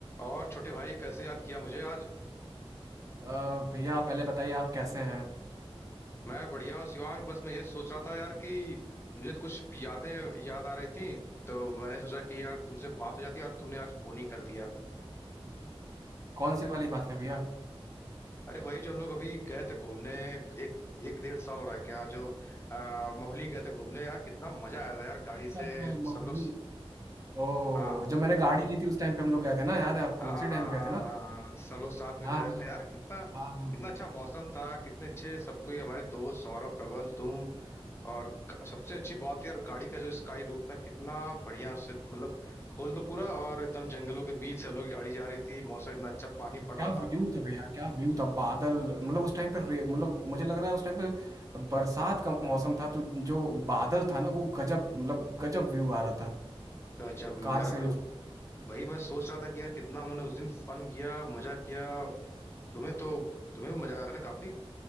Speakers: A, on the left; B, on the right.
A: और छोटे भाई कैसे याद किया मुझे आज
B: अ, भैया आप पहले बताइए आप कैसे हैं
A: मैं बढ़िया हूँ शिवांग बस मैं ये सोच रहा था यार कि मुझे तो कुछ यादें याद आ रही थी तो मैंने सोचा कि यार तुमसे बात हो जाती है, और तुमने आज फोन ही कर दिया
B: कौन सी वाली बात है भैया
A: अरे वही जो हम लोग अभी गए थे घूमने एक एक डेढ़ साल हो रहा है क्या जो आ, मोहाली गए थे घूमने यार कितना मजा आया था यार गाड़ी
B: अच्छा
A: से
B: अच्छा, माहुली
A: सब लोग
B: ओ
A: हाँ
B: जब मैंने गाड़ी ली थी उस टाइम पे हम लोग गए थे ना याद है आपको
A: हाँ
B: उसी
A: हाँ
B: टाइम पे
A: हाँ
B: गए थे ना
A: हाँ हाँ, सब लोग साथ में
B: हाँ
A: गए
B: हाँ
A: थे यार
B: हाँ
A: कितना
B: हाँ हाँ
A: कितना
B: हाँ
A: अच्छा मौसम था कितने अच्छे सब कोई हमारे दोस्त सौरभ प्रबल तुम और ग- सबसे अच्छी बात यार गाड़ी का जो स्काई रूफ था कितना बढ़िया उससे मतलब खोल दो पूरा और एकदम जंगलों के बीच से हम लोग की गाड़ी जा रही थी मौसम इतना अच्छा पानी पड़
B: क्या
A: रहा
B: व्यू
A: था
B: था भैया क्या व्यू था बादल मतलब उस टाइम पे रे- मतलब मुझे लग रहा है उस टाइम पे बरसात का मौसम था तो जो बादल था ना वो गजब मतलब गजब व्यू आ रहा था
A: गजब
B: कार
A: यार
B: से उस-
A: वही मैं सोच रहा था कि यार कितना हम लोगों ने उस दिन फन किया मजा किया तुम्हें तो तुम्हें भी मजा आया था ना काफी